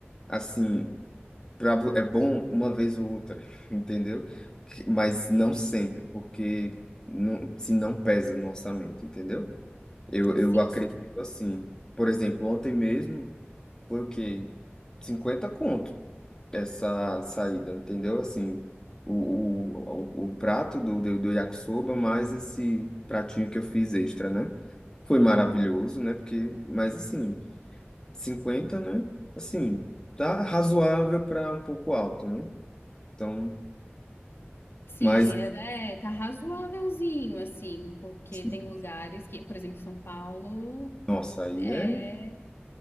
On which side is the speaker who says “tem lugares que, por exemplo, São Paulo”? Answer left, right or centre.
Left